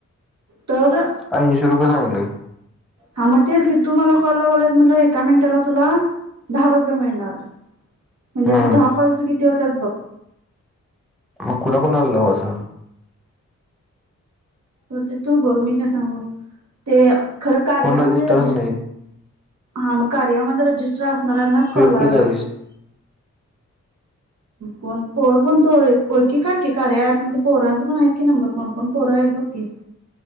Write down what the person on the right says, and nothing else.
तर
हां मग तेच की तू मला कॉल लावल्यास म्हटल्यावर, एका मिनिटाला तुला दहा रुपये मिळणार, म्हणजे
असं दहा कॉलचं किती होतात बघ.
तर ते तू बघ मी काय सांगू? ते खरं कार्यामध्ये
रजिस्
हा मग कार्यामध्ये रजिस्टर असणाऱ्यांनाच,
कॉल
लावायला
लागतोय. कोण पोर कोण तो ओळखी काढ कीे, कार्या अँप मधे पोरांचं पण आहेत की नंबर कोण, कोण पोर आहेत काय बघ की.